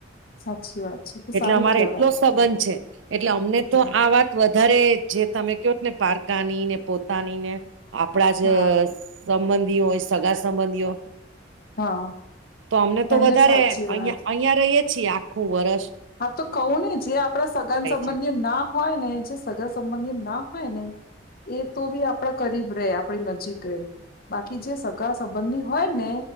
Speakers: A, on the left (about 50°); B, on the right (about 80°).
A: સાચી વાત છે તો
B: એટલે
A: સારું
B: અમારે
A: કેવાય
B: એટલો સંબંધ
A: તો
B: છે એટલે અમને તો
A: હમ
B: આ વાત વધારે જે તમે કહો ને પારકાની ને પોતાની ને આપણા જ
A: હા હા
B: સંબંધી હોય સગા સંબંધીઓ
A: હા,
B: તો અમને તો
A: એમને
B: વધારે
A: સાચી
B: અહીં
A: વાત
B: અહીયાં રહીએ છીએ આખું વરષ
A: હા, તો કવ ને જે આપડા સગા સંબંધી
B: છે
A: ના હોય ને જે સગા સંબધી ના હોય ને એ તો બી આપણા કરીબ રે આપડી નજીક રેય બાકી જે સગા સંબંધી હોય ને